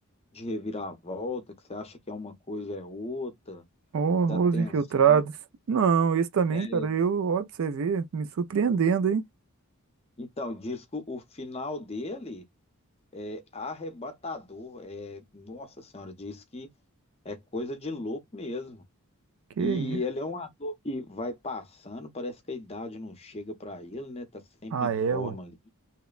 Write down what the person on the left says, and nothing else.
de reviravolta, que você acha que é uma coisa é outra,
da tensão.
É,
Então, disco, o final dele é arrebatador. É, nossa senhora, diz que é coisa de louco mesmo.
E ele é um ator que vai passando, parece que a idade não chega para ele, né? Tá sempre
em forma
ali.